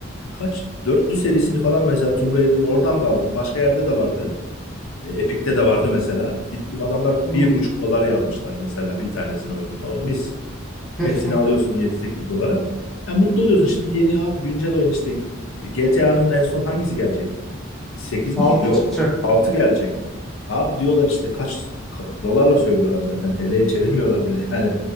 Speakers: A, on the left; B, in the centre.
A: kaç dörtlü serisini falan mesela Tomb Raider'ın oradan da aldım. Başka yerde de vardı. E, Epic'te de vardı mesela. Gittim adamlar
B: Hmm.
A: bir buçuk dolar yazmışlar mesela bir tanesini oyun. O mis.
B: <laughs>
A: Hepsini alıyorsun yedi sekiz dolara. Ya mutlu oluyorsun. Şimdi yeni abi güncel oyun işte GTA'nın en son hangisi gelecek? 8
B: 6
A: mi? Yok.
B: çıkacak.
A: altı gelecek. Abi diyorlar işte kaç ka- dolarla söylüyorlar zaten TL'ye çevirmiyorlar bile yani.